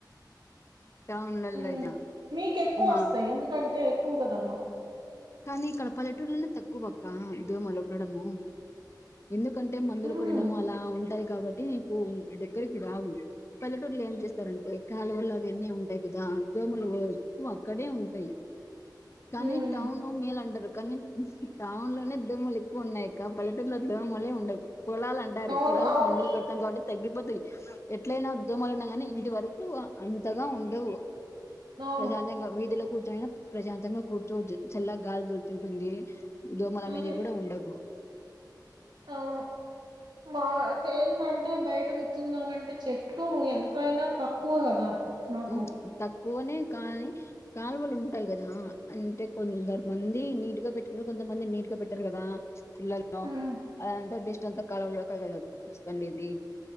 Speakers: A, on the left; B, on the right.
A: టౌన్లలో
B: హమ్
A: అయితే
B: మీకు ఎక్కువ
A: మా
B: వస్తాయి ఎందుకంటే అంటే ఎక్కువ కదమ్మా
A: కానీ ఇక్కడ పల్లెటూర్లోనే తక్కువక్క దోమలు ఉండడము ఎందుకంటే మందులు
B: ఉహు
A: కొటటము అలా ఉంటాయి కాబట్టి మీకు దగ్గరకి రావు, పల్లెటూర్లలో ఏం చేస్తారంటే కాలువల్ల అవన్నీ ఉంటాయి కదా దోమలు ఎక్కువ అక్కడే ఉంటాయి. కన్
B: ఉమ్
A: టౌను మేలంటరు కానీ టౌన్ లోనే దోమలు ఎక్కువున్నాయక్క పల్లటూర్లలో దోమలే ఉండవు. పొలాలంటారు
B: అవును
A: పొలాలుకు
B: అవును
A: మందులు కొడతాం కాబట్టి తగ్గిపోతాయి ఎట్లయినా దోమలు ఉండ కాని ఇంటి వరకు అంతగా ఉండవు
B: అవును
A: ప్రశాంతంగా వీధులో కూ నా ప్రశాంతంగా కూర్చోవచ్చు చల్ల గాలి దొలుతుంటుంది దోమలు అనేది
B: అదే
A: కూడా ఉండవు
B: అవును, మాకు ఏంటంటే బయట కూర్చుందాం అంటే చెట్లు ఎంతయినా తక్కువ కదా మాకు
A: మ్ తక్ నే కానీ కాలువలు ఉంటాయి కదా, అంటే కొందరమంది నీట్ గా పెట్టుకుంటారు, కొంతమంది నీట్ గా పెట్టారు కదా పిల్లల్లో
B: ఉమ్
A: అదిఅంత ది జంత <unintelligible> <unintelligible> వస్తుండేది